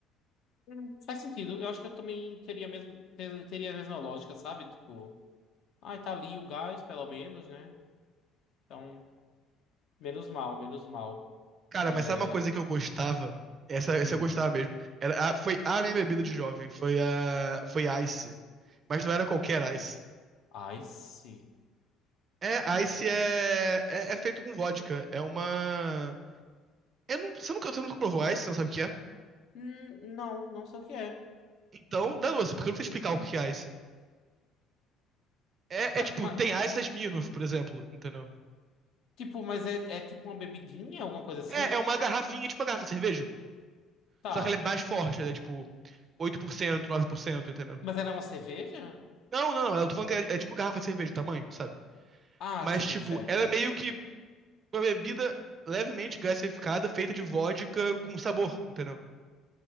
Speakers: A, on the left (about 50°); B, on the right (about 30°).
A: Hum, Faz sentido. Eu acho que eu também teria mesmo, ter- teria a mesma lógica, sabe? Tipo, ai, tá ali o gás, pelo menos, né? Então, menos mal, menos mal.
B: Cara,
A: É...
B: mas sabe uma coisa que eu gostava? Essa, essa
A: Hum.
B: eu gostava mesmo. Era a- foi a minha bebida de jovem, foi a, foi Ice. Mas não era qualquer Ice.
A: Ai, sim.
B: É, Ice é, é, é feito com vodka. É uma. Eu não, você, nunca, você nunca provou Ice, você não sabe o que é?
A: Hum, não, não sei o que é.
B: Então, dá doce, porque eu não sei explicar o que é Ice. É,
A: Tá,
B: é tipo,
A: ma-
B: tem Ice das Smirnoff, por exemplo, entendeu?
A: tipo, mas é, é tipo uma bebidinha, alguma coisa assim?
B: É, é uma garrafinha, tipo uma garrafa de cerveja.
A: Tá.
B: Só que ela é mais forte, ela é tipo oito por cento, nove por cento, entendeu?
A: Mas ela é uma cerveja?
B: Não, não, eu tô falando que é, é tipo garrafa de cerveja, o tamanho, sabe?
A: Ah,
B: Mas,
A: sim,
B: tipo,
A: certo.
B: ela é meio que uma bebida levemente gaseificada, feita de vodka com sabor, entendeu?